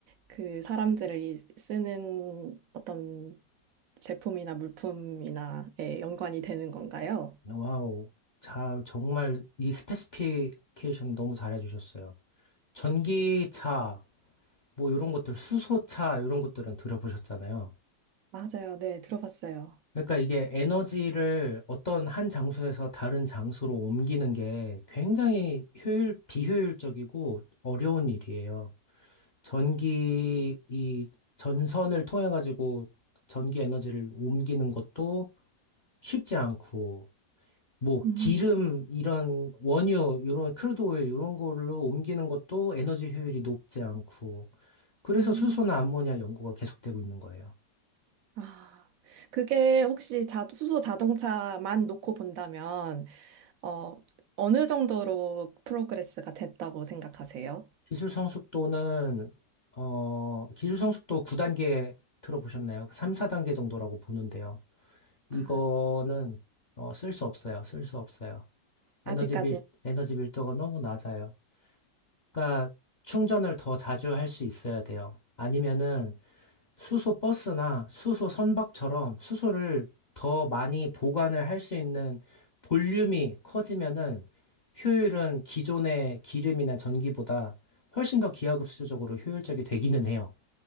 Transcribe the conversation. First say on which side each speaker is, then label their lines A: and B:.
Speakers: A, on the right; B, on the left.
A: 그 사람들이 쓰는 어떤 제품이나 물품이나에 연관이 되는 건가요?
B: 와우. 자, 정말 이 스페시피케이션 너무 잘해주셨어요. 전기차 뭐 이런 것들 수소차 이런 것들은 들어보셨잖아요.
A: 맞아요. 네, 들어봤어요.
B: 그러니까 이게 에너지를 어떤 한 장소에서 다른 장소로 옮기는 게 굉장히 효율 비효율적이고 어려운 일이에요. 전기 이 전선을 통해 가지고 전기 에너지를 옮기는 것도 쉽지 않고 뭐
A: 음,
B: 기름 이런 원유 이런 크루드 오일 이런 걸로 옮기는 것도 에너지 효율이 높지 않고 그래서
A: 음.
B: 수소나 암모니아 연구가 계속되고 있는 거예요.
A: 아, 그게 혹시 자, 수소 자동차만 놓고 본다면 어, 어느 정도로 프로그레스가 됐다고 생각하세요?
B: 기술 성숙도는, 어, 기술 성숙도 9단계 들어보셨나요? 3, 4단계 정도라고 보는데요. 이거는,
A: 아,
B: 어, 쓸 수 없어요. 쓸 수 없어요.
A: 아직까지.
B: 에너지 밀, 에너지 밀도가 너무 낮아요. 그러니까 충전을 더 자주 할 수 있어야 돼요. 아니면은, 수소 버스나 수소 선박처럼 수소를 더 많이 보관을 할 수 있는 볼륨이 커지면은 효율은 기존의 기름이나 전기보다 훨씬 더 기하급수적으로 효율적이 되기는 해요.